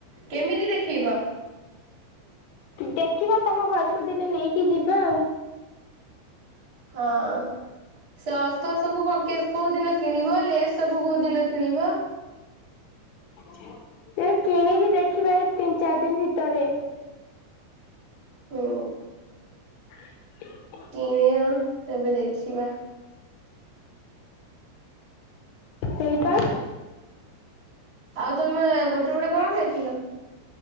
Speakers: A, on the right; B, on the left.
A: କେମିତି ଦେଖିବ?
B: ଦେଖିବ ତମ ଘରକୁ ଦିନେ ନେଇକି ଯିବା ଆଉ।
A: ହଁ। ସେ ଅସ୍ତ ସବୁ କୋଉ ଦିନ କିଣିବ ଲେସ୍ ସବୁ କୋଉ ଦିନ କିଣିବ।
B: ତବେ କିଣିବି ଦେଖିବା ଏଇ ତିନି ଚାରି ଦିନ ଭିତରେ।
A: ହୁଁ।
B: ହଁ।
A: କିଣିଅ ତେବେ ଦେଖିବା।
B: ସେଇପା।
A: ଆଉ ତମେ ଗୋଟେ ଗଟେ କଣ ଖାଇଥିଲ?